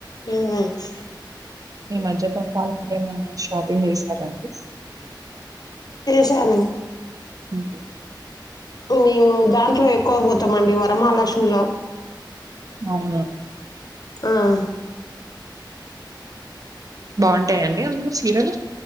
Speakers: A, on the left; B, on the right.
A: ఉహ్
B: ఈ మజ్జప్పం పాలేమన్నా షాపింగ్ చేసారాండి
A: <unintelligible>
B: ఉహ్ హు
A: మేము దాంట్లో ఎక్కువ పోతామండి. వరమహాలక్ష్మిలో
B: అవున
A: ఆహ్
B: బాగుంటాయంండి అందులో సిరలు